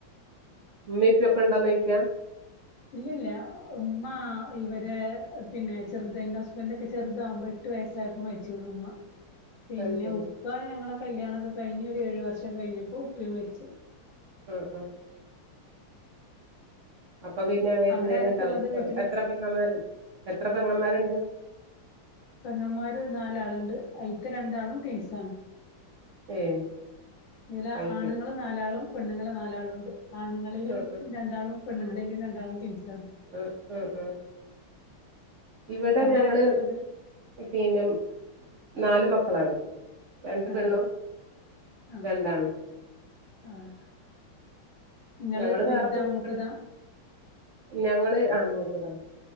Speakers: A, on the right (about 55°); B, on the left (about 60°).
A: ബി പി ഒക്കെ ഉണ്ടാന്ന് നോക്കിയ
B: ഇല്ല ഇല്ല ഉമ്മ ഇവരെ പിന്നെ ചെറുതെഎന്റെ ഹുസ്ബൻഡ് ഒക്കെ ചെറുതാവുമ്പോ എട്ട് വയസ്സായപ്പോ മരിച്ചുന്ന് ഉമ്മ
A: <inaudible>
B: പിന്നെ
A: ശരി
B: ഉപ്പ ഞങ്ങളെ കല്യാണൊക്കെ കഴിഞ്ഞ് ഒരു ഏഴു വർഷം ഒക്കെ കഴിഞ്ഞപ്പോ ഉപ്പയും മരിച്ചു
A: ഉം ഉം അപ്പൊ പിന്നെ വരുന്നേര്ണ്ടാവും
B: അവിടെ ആരൊക്കെള്ളത് വീട്ടില്?
A: എത്ര പെങ്ങന്മാര് എത്ര പെങ്ങന്മാരുണ്ട്
B: പെങ്ങമാര് നാലാള്ണ്ട് ആയിത്ത രണ്ടാളും ടിൻസാണ്
A: ഏഹ്
B: ഇയില്
A: അത്
B: ആണുങ്ങള്
A: ശരി
B: നാലാളും പെണ്ണുങ്ങള് നാലാളും ഉണ്ട് ആണുങ്ങളിലും
A: ഉം ഉം
B: രണ്ടാളും പെണ്ണുങ്ങളിലും രണ്ടാളും ടിൻസാണ്
A: ഉം ഉം ഉം ഇവിടെ
B: അവിടെ
A: ഞങ്ങള്
B: ആരൊക്കെള്ളത്?
A: പിന്നെ നാല് മക്കളാണ് രണ്ട് പെണ്ണും
B: ആഹ് ആഹ്
A: രണ്ടാണും
B: ആഹ് നിങ്ങള്
A: ഞങ്ങള്
B: വല്താ
A: വേറെ പോന്ന്ക്ക്ണ്
B: മൂത്തതാ
A: ഞങ്ങള് ആ മൂത്തതാ